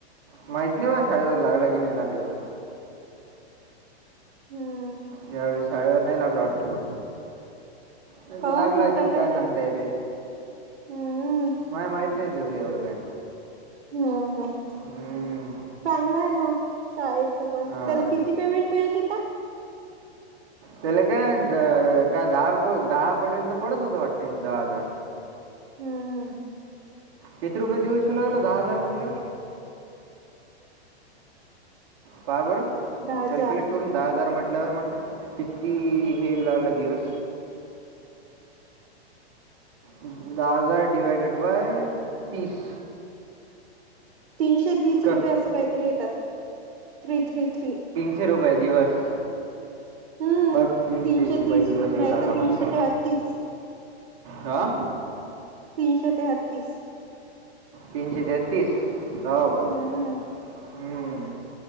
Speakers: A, on the right; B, on the right.
A: माहत नाही बा शाळेवर लागलं की नाही लागलं तर.
B: हम्म.
A: यावेळेस शाळेवर नाही लागल वाट्टभूत. नाही
B: काऊन
A: त लागला
B: मग
A: अशन काय
B: करणार
A: सांगताय ते
B: हम्म
A: माहित नाही त. एवड काय.
B: हम्म हम्
A: हम्म,
B: चांगलं आहे ना. शाळेचं पण
A: हा
B: त्याला किती पेमेंट मिळत हो.
A: त्याला काय का दहा दहा पर्यंत पडत होत वाटतेे दहा हजार.
B: हम्म
A: किती रुपये दिव श लागला दहा हजार म्हटल्या. पाहा बरं
B: दहा हजार
A: कॅल्क्युलेट करून. दहा हजार म्हटल्यावर म्हट किती हेऊ लागला दिवस. दहा हजार डिवायडेड बाय तीस
B: तीनशे तीस
A: कर
B: रुपये असं काहीतरी येतात थ्री थ्री थ्री
A: रुपय दिवस.
B: हम्म
A: बग तीनशे रुपये
B: तीस
A: दिवस येऊ
B: नाही
A: लागला
B: तर तीनशे
A: फक्त
B: तेहतीस
A: हा
B: तीनशे तेहतीस.
A: तीनशे तेहतीस सव का
B: हम्म
A: हम्